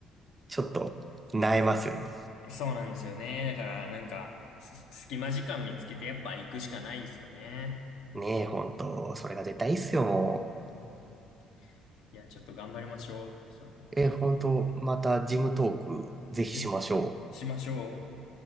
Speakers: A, on the right (about 25°); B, on the left (about 75°).
A: ちょっと萎えますよね。
B: そうなんですよね。だから、なんか、す隙間時間見つけてやっぱ行くしかないですよね。
A: ねえ、本当それが絶対いいっすよ、も
B: うん。いや、ちょっと頑張りましょう。その、
A: う。え、
B: き
A: 本当またジムトークぜひしましょう。
B: ですね。しましょう。